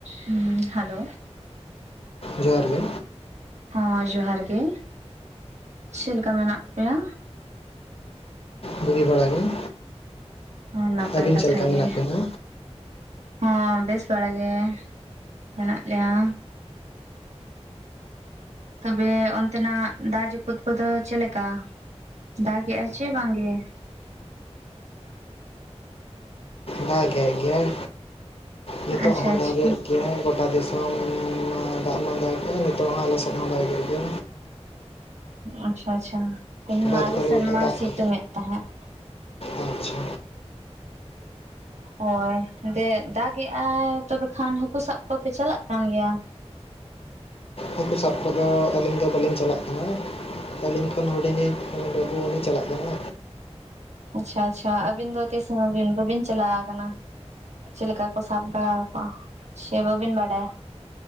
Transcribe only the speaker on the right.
ᱦᱩᱸ ᱦᱮᱞᱳ᱾
ᱦᱟᱸ ᱡᱚᱦᱟᱨ ᱜᱮ ᱪᱮᱞᱮᱠᱟ ᱢᱮᱱᱟᱜ ᱯᱮᱭᱟ?
ᱦᱮᱸ ᱱᱟᱯᱟᱭ
ᱠᱟᱛᱷᱟ
ᱜᱮ
ᱦᱚᱸ ᱵᱮᱥ ᱵᱟᱲ ᱜᱮ ᱢᱮᱱᱟᱜ ᱞᱮᱭᱟ᱾ ᱛᱚᱵᱮ ᱚᱱᱛᱮᱱᱟᱜ ᱫᱟᱜ ᱡᱟᱹᱯᱩᱫ ᱠᱚᱫᱚ ᱪᱮᱫᱮᱠᱟ? ᱫᱟᱜᱮᱜᱼᱟ ᱥᱮ ᱵᱟᱝᱜᱮ?
ᱟᱪᱪᱷᱟ
ᱟᱪᱪᱷᱟ
ᱟᱪᱪᱷᱟ ᱪᱷᱟ ᱛᱮᱦᱮᱧ
ᱢᱟ ᱟᱞᱮ
ᱥᱮᱱ
ᱢᱟ
ᱥᱤᱛᱩᱝ
ᱮᱫ ᱛᱟᱦᱮᱸᱫ᱾
ᱦᱳᱭ ᱫᱮ ᱫᱟᱜ ᱮᱮᱜᱟᱭ ᱛᱚᱵᱮ ᱠᱷᱟᱱ ᱦᱟᱹᱠᱩ ᱥᱟᱵ ᱠᱚᱣᱯᱮ ᱪᱟᱞᱟᱜ ᱠᱟᱱ ᱜᱮᱭᱟ?
ᱟᱪᱪᱷᱟ ᱟᱪᱪᱷᱟ ᱟᱹᱵᱤᱱ ᱫᱚ ᱛᱤᱥ ᱦᱚᱸ ᱵᱤᱱ ᱵᱟᱵᱤᱱ ᱪᱟᱞᱟᱣ ᱟᱠᱟᱱᱟ? ᱪᱮᱫ ᱞᱮᱠᱟ ᱠᱚ ᱥᱟᱵ ᱵᱟᱲᱟᱠᱚᱣᱟ ᱥᱮ ᱵᱟᱟᱹᱵᱤᱱ ᱵᱟᱰᱟᱭᱟ?